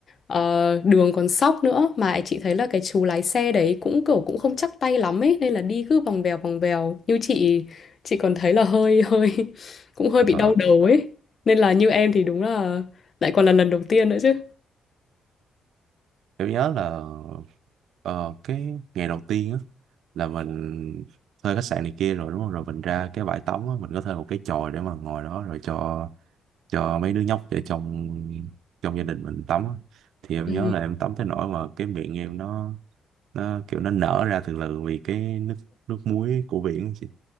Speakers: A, on the left (about 45°); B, on the right (about 80°).
A: ờ, đường còn sóc nữa mà chị thấy là cái chú lái xe đấy cũng kiểu cũng không chắc tay lắm ấy nên là đi cứ vòng vèo vòng vèo như chị chị còn thấy là hơi hơi <laughs> cũng hơi
B: Ờ.
A: bị đau đầu ấy nên là như em thì đúng là lại còn là lần đầu tiên nữa chứ
B: Em nhớ là Ờ, cái ngày đầu tiên á là mình thuê khách sạn này kia rồi đúng không? Rồi mình ra cái bãi tắm á, mình có thuê một cái chòi để mà ngồi đó rồi cho cho mấy đứa nhóc ở trong trong gia đình mình tắm á. Thì em
A: ừ.
B: nhớ là em tắm tới nỗi mà cái miệng em nó nó kiểu nó nở ra từ từ vì cái nước nước muối của biển á chị.